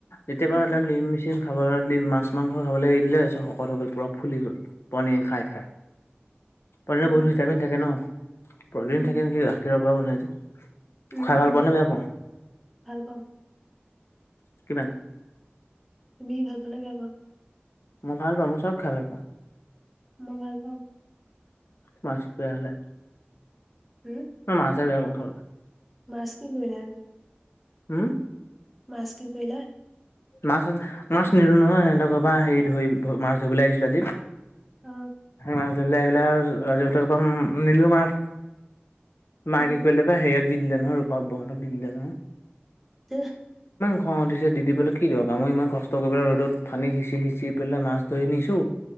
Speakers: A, on the left; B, in the centre.
A: যেতিয়াবা
B: অ
A: এডাল ডিম মেচিন খাবলৈ ডিম মাছ মাংস খাবলৈ এৰি দিলে তাৰপিছত শকত হৈ গ'ল পুৰা ফুলি গ'ল পণিৰ খাই খাই। পণিৰত
B: অ
A: বহুত ভিটামিন থাকে ন। প্ৰ'টিন
B: উম
A: থাকে নেকি গাখীৰৰ পৰা বনাই যে
B: উম,
A: খাই
B: উম
A: ভাল পোৱা নে বেয়া পাওঁ
B: ভাল পাওঁ।
A: কিমান?
B: তুমি ভাল পোৱা নে বেয়া পোৱা?
A: মই ভাল পাওঁ মই চব খাই ভাল পাওঁ।
B: মই ভাল পাওঁ
A: মাছ বেয়া হ'লে
B: উম
A: মই মাছহে বেয়া পাওঁ খাবলে
B: মাছ কি কৰিলা আজি?
A: হম
B: মাছ কি কৰিলা?
A: মাছ মাছ নিলো নহয়। সিহঁতৰ ঘৰৰ পৰা হেৰি ধৰি মাছ ধৰিবলৈ আহিছিলো আজি।
B: অ
A: মাছ ধৰি আহি পেলাই ৰাজু হঁতৰ ঘৰৰ পৰা নিলো মাছ। মাকে
B: উম
A: কি কৰিলে বা হেৰিয়ক দি দিলে নহয় ৰূপা বৌহঁতক দি দিলে নহয়।
B: <unintelligible>
A: অ' দিছে দি দি দিবলে কি দৰকাৰ মই ইমান কষ্ট কৰি পেলাই ৰ'দত পানী সিঁচি সিঁচি পেলাই মাছ ধৰি নিছো।